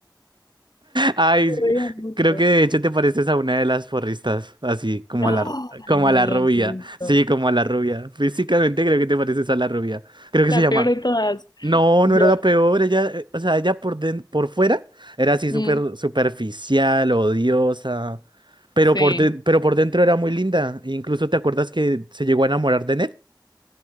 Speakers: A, on the right (about 70°); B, on the left (about 60°).
A: Ay,
B: Me
A: sí,
B: reía mucho.
A: creo que de hecho te pareces a una de las porristas, así como
B: No,
A: a la, como
B: nadie
A: a la rubia.
B: hace eso.
A: Sí, como a la rubia. Físicamente creo que te pareces a la rubia. Creo que
B: La
A: se llama.
B: peor de todas.
A: No,
B: Yo-
A: no era la peor. Ella, eh, o sea, ella por, den- por fuera era así
B: Mm,
A: súper superficial, odiosa. Pero
B: sí.
A: por, den- pero por dentro era muy linda. e Incluso te acuerdas que se llegó a enamorar de Ned.